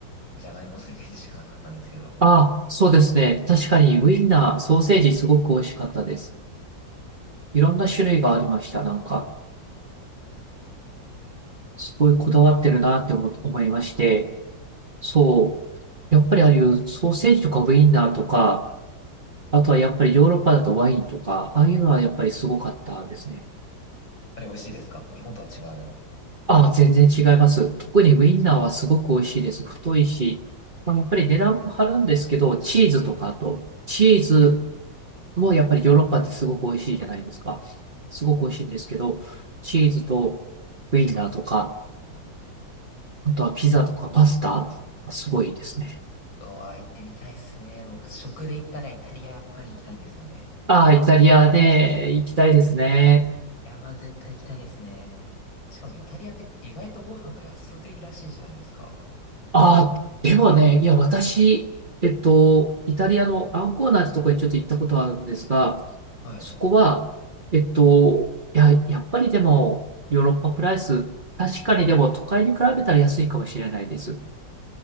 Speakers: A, on the left; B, on the right.
A: じゃがいものイメージしかなかったんですけど、やっ
B: あ、そうですね。確かに、ウインナー、ソーセージすごく美味しかったです。いろんな種類がありました。なんか、すごいこだわってるなって思思いまして、そう。やっぱりああいうソーセージとかウインナーとか、あとはやっぱりヨーロッパだとワインとか、ああいうのはやっぱりすごかったですね。
A: ぱり美味しいですか日本とは違う。
B: ああ、全然違います。特にウインナーはすごく美味しいです。
A: 全然違うんだ。
B: 太いし、まあ、やっぱり値段も張るんですけど、チーズとかあと、チーズもやっぱりヨーロッパってすごく美味しいじゃないですか。すごく美味しいんですけど、チーズとウインナーとか、あとはピザとかパスタ、すごいですね。
A: うわ、行ってみたいっすね。僕、食で行ったらイタリアやっぱり行きたいんですよね。
B: ああ、
A: 食べ行ったら。
B: イタリアね、行きたいですね。
A: いやば、絶対行きたいですね。しかもイタリアって意外とご飯が安いらしいじゃないですか。
B: ああ、でもね、いや、私、えっと、イタリアのアンコーナーってとこにちょっと行ったことあるんですが、
A: はい。
B: そこは、えっと、いや、やっぱりでも、ヨーロッパプライス、確かにでも都会に比べたら安いかもしれないです。